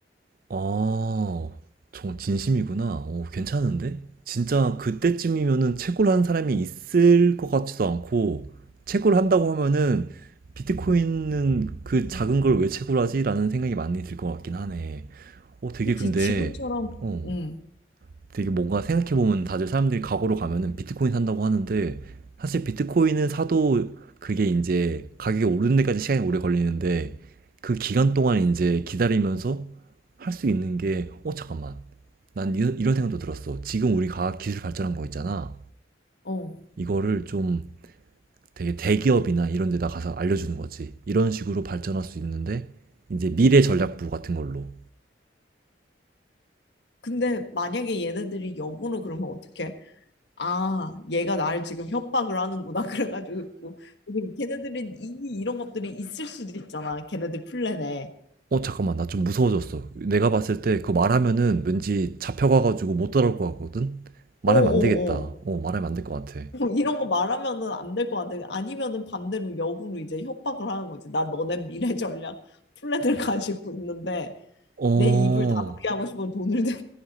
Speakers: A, on the right; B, on the left.
A: 어. 정말 진심이구나. 오, 괜찮은데? 진짜 그때쯤이면은 채굴 하는 사람이 있을 것 같지도 않고 채굴 한다고 하면은 비트코인은 그 작은 걸 왜 채굴하지? 라는 생각이 많이 들 것 같긴 하네. 어 되게
B: 그치,
A: 근데
B: 지금처럼,
A: 어
B: 음,
A: 되게 뭔가 생각해보면 다들 사람들이 과거로 가면은 비트코인 산다고 하는데 사실 비트코인은 사도 그게 이제 가격이 오르는 데까지 시간이 오래 걸리는데 그 기간 동안 이제 기다리면서 할 수 있는 게 어 잠깐만 난 이- 이런 생각도 들었어 지금 우리 과학 기술 발전한 거 있잖아
B: 어.
A: 이거를 좀 되게 대기업이나 이런 데다 가서 알려주는 거지 이런 식으로 발전할 수 있는데 이제 미래 전략부 같은 걸로
B: 근데 만약에 얘네들이 역으로 그러면 어떡해? 아, 얘가 나를 지금 협박을 하는구나. <laughs> 그래가지고, 지금 걔네들은 이미 이런 것들이 있을 수도 있잖아. 걔네들 플랜에.
A: 어, 잠깐만, 나 좀 무서워졌어. 내가 봤을 때 그거 말하면은 왠지 잡혀가가지고 못 따라올 것 같거든? 말하면
B: 어어어.
A: 안 되겠다. 어, 말하면 안 될 것 같아.
B: 이런 거 말하면은 안 될 것 같아. 아니면은 반대로 역으로 이제 협박을 하는 거지. 나 너네 미래 전략 플랜을 <laughs> 가지고 있는데,
A: 어,
B: 내 입을 다물게 하고 싶으면 돈을 대라.